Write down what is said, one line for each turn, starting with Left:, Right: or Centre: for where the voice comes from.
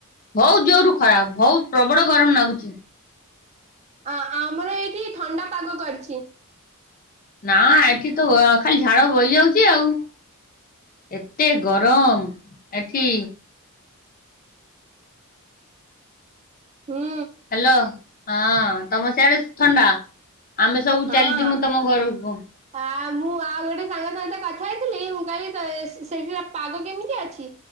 Left: ବହୁତ ଜୋରୁ ଖରା ବହୁତ ପ୍ରବଳ ଗରମ ଲାଗୁଛି।
Right: ଆ ଆମର ଏଇଠି ଥଣ୍ଡା ପାଗ କରିଛି।
Left: ନା ଏଠି ତ ଖାଲି ଝାଳ ବହିଯାଉଛି ଆଉ ଏତେ ଗରମ ଏଠି।
Right: ହୁଁ
Left: ହାଲୋ। ହଁ ତମ ସିଆଡେ ଥଣ୍ଡା। ଆମେ ସବୁ
Right: ହଁ
Left: ଚାଲିଯିବୁ ତମ ଘରକୁ।
Right: ଆ ମୁଁ ଆଉ ଗୋଟେ ସାଙ୍ଗ ସହିତ କଥା ହେଇଥିଲି ମୁଁ କହିଲି ତ ସେଠିକା ପାଗ କେମିତି ଅଛି